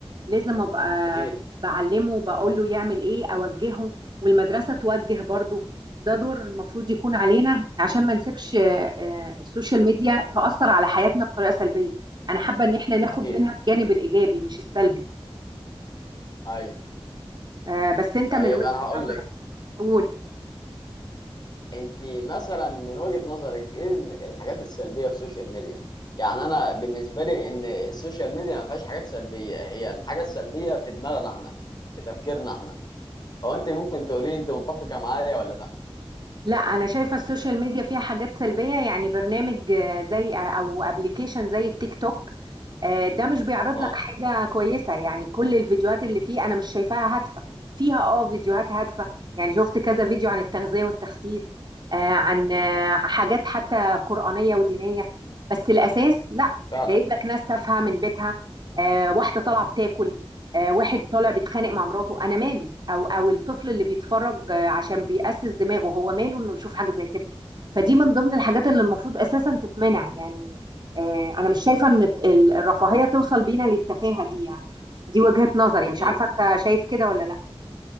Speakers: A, on the right; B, on the left.
A: لازم أبقى
B: اكيد
A: بعلمه بقول له يعمل إيه أوجهه والمدرسة توجه برضه ده دور المفروض يكون علينا عشان ما نسيبش آه، آه، السوشيال ميديا تأثر على حياتنا بطريقة سلبية أنا حابة إن إحنا ناخد
B: اكيد
A: منها الجانب الإيجابي مش السلبي
B: ايوه
A: آه، بس أنت
B: طيب
A: من وجهة
B: انا هقول
A: نظرك
B: لك
A: قول
B: انت مثلا من وجهه نظرك ايه ال- الحاجات السلبيه في السوشيال ميديا يعني انا بالنسبه لي ان السوشيال ميديا ما فيهاش حاجات سلبيه هي الحاجه السلبيه في دماغنا احنا في تفكيرنا احنا فانت ممكن تقولي انت متفقه معايا ولا لا
A: لا انا شايفه السوشيال ميديا فيها حاجات سلبيه يعني برنامج آه، زي او ابلكيشن زي التيك توك آه، ده مش بيعرض
B: اه
A: لك حاجة كويسة يعني كل الفيديوهات اللي فيه أنا مش شايفاها هادفة فيها اه فيديوهات هادفة يعني شفت كذا فيديو عن التغذية والتخسيس آه، عن آه، حاجات حتى قرآنية ودينية بس الأساس لا
B: فعلا
A: جايب لك ناس تافهة من بيتها آه، واحدة طالعة بتاكل آه، واحد طالع بيتخانق مع مراته أنا مالي أو أو الطفل اللي بيتفرج آه، عشان بيأسس دماغه هو ماله إنه يشوف حاجة زي كده فدي من ضمن الحاجات اللي المفروض أساسا تتمنع يعني آه، انا مش شايفه ان الت- ال- الرفاهيه توصل بينا للتفاهه دي يعني دي وجهه نظري
B: اكيد
A: مش عارفه انت شايف كده ولا لا